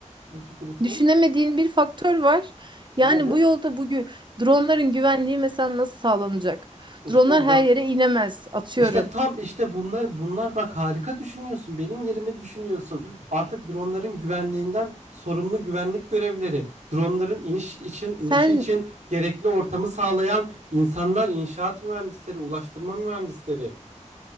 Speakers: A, on the right; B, on the right.
A: bu fikir için.
B: düşünemediğin bir faktör var. Yani
A: Nedir?
B: bu yolda bugün dronların güvenliği mesela nasıl sağlanacak?
A: İşte
B: Dronlar her
A: do-
B: yere inemez atıyorum.
A: işte tam işte bunlar bunlar bak harika düşünüyorsun. Benim yerime düşünüyorsun. Artık dronların güvenliğinden sorumlu güvenlik görevleri, dronların iniş için inişi
B: Sen
A: için gerekli ortamı sağlayan insanlar, inşaat mühendisleri, ulaştırma mühendisleri,